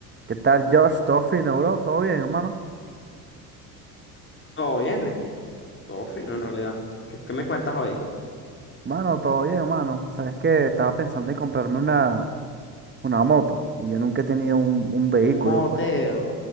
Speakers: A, on the right; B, on the left.
A: ¿Qué tal, Josh? ¿Todo fino, bro? ¿Todo bien, hermano?
B: Todo bien, Ricky. Todo fino, en realidad. ¿Qué, qué me cuentas hoy?
A: Mano, todo bien, hermano. Sabes que estaba pensando en comprarme una, una moto y yo nunca he tenido un, un vehículo,
B: Un moteo.
A: pues.